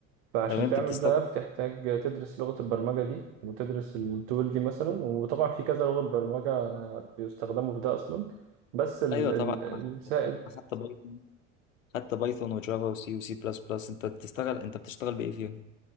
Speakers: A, on the right; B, on the left.
A: فعشان
B: طب انت
A: تعمل
B: بتستخدم
A: ده بتحتاج تدرس لغة البرمجة دي وتدرس التول دي مثلا وطبعا في كذا لغة برمجة آه، بيستخدموا في ده أصلا بس ال-
B: ايوه
A: ال-
B: طبعا
A: السائد
B: انا خدت أنا خدت بايثون خدت بايثون وجافا وسي وسي بلس بلس انت بتشتغل انت بتشتغل بايه فيهم؟